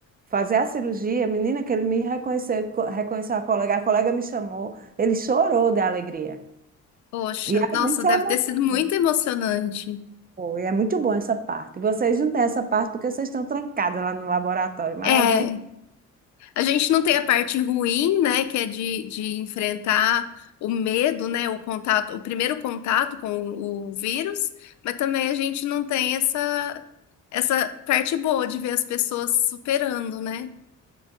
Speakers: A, on the right; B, on the left.
A: fazer a cirurgia, menina, que ele me reconheceu, co- reconheceu a colega, a colega me chamou, ele chorou de alegria.
B: Poxa,
A: E a
B: nossa,
A: gente se
B: deve
A: emocionou,
B: ter sido muito emocionante.
A: e é muito bom essa parte. Vocês não têm essa parte porque vocês estão trancadas lá no laboratório, mas
B: É,
A: a gente,
B: a gente não tem
A: é
B: a parte ruim, né, que é de, de enfrentar o medo, né, o contato, o primeiro contato com o, o vírus, mas também a gente não tem essa essa parte boa de ver as pessoas superando, né?